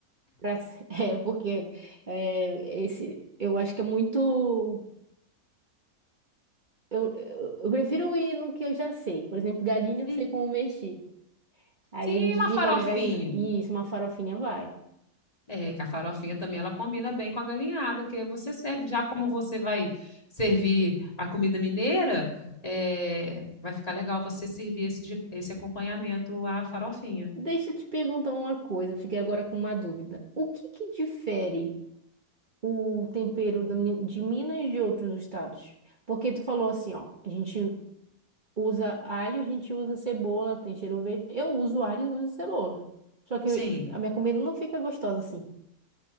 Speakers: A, on the right (about 35°); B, on the left (about 25°).
A: pra- <laughs> é, porque é, esse, eu acho que é muito. Eu, eu, eu prefiro ir no que eu já sei. Por exemplo, galinha eu
B: Sim.
A: sei como mexer. Aí
B: Sim,
A: a gente
B: uma
A: fica
B: farofinha.
A: na galinha. Isso, uma farofinha vai.
B: É, que a farofinha também ela combina bem com a galinhada, que você serve. Já como você vai servir a comida mineira, é, vai ficar legal você servir esse, de- esse acompanhamento à farofinha.
A: Deixa eu te perguntar uma coisa, eu fiquei agora com uma dúvida. O que que difere? o tempero da Mi- de Minas e de outros estados? Porque tu falou assim, ó, a gente usa alho, a gente usa cebola, tem cheiro verde. Eu uso alho e uso cebola. Só que
B: Sim,
A: a minha comida não fica gostosa assim.